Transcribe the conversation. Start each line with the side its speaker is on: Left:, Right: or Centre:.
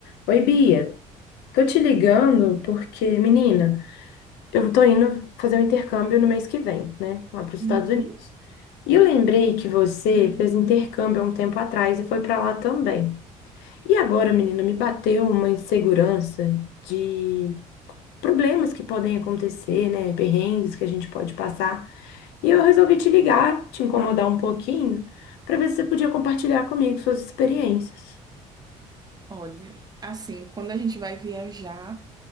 Left: Oi, Bia. Tô te ligando porque, menina, eu tô indo fazer um intercâmbio no mês que vem, né? Lá para os Estados
Right: Uhum.
Left: Unidos. E eu lembrei que você fez intercâmbio há um tempo atrás e foi para lá também. E agora, menina, me bateu uma insegurança de problemas que podem acontecer, né? Perrengues que a gente pode passar. E eu resolvi te ligar, te incomodar um pouquinho, para ver se você podia compartilhar comigo suas experiências.
Right: Olha, assim, quando a gente vai viajar